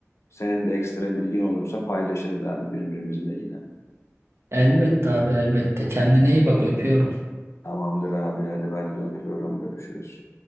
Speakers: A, on the left; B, on the right.
A: Senin de ekstra bilgin olursa paylaşırız abi birbirimizle yine.
B: Elbette abi elbette. Kendine iyi bak öpüyorum.
A: Tamamdır abi hadi ben de öpüyorum görüşürüz.